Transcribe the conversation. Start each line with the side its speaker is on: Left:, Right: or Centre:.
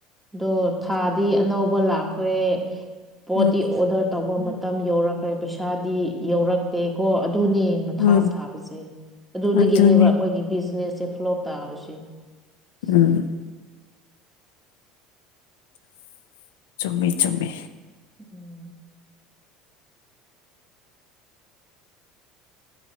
Centre: ꯑꯗꯣ ꯊꯥꯗꯤ ꯑꯅꯧꯕ ꯂꯥꯛꯈ꯭ꯔꯦ ꯄꯣꯠꯇꯤ
Left: ꯎꯝ
Centre: ꯑꯣꯗꯔ ꯇꯧꯕ ꯃꯇꯝ ꯌꯧꯔꯛꯈ꯭ꯔꯦ ꯄꯩꯁꯥꯗꯤ ꯌꯧꯔꯛꯇꯦ ꯀꯣ ꯑꯗꯨꯅꯤ ꯃꯊꯥ
Left: ꯎꯝ
Centre: ꯁꯥꯕꯁꯦ ꯑꯗꯨꯗꯒꯤꯅꯦꯕ
Left: ꯑꯗꯨꯅꯦ
Centre: ꯑꯩꯈꯣꯏꯒꯤ ꯕꯤꯖꯤꯅꯦꯁꯁꯦ ꯐꯣꯂꯣꯞ ꯇꯥꯕꯁꯦ ꯁꯤ
Left: ꯎꯝ ꯆꯨꯝꯃꯦꯃꯤ ꯆꯨꯝꯃꯦ
Centre: ꯎꯝ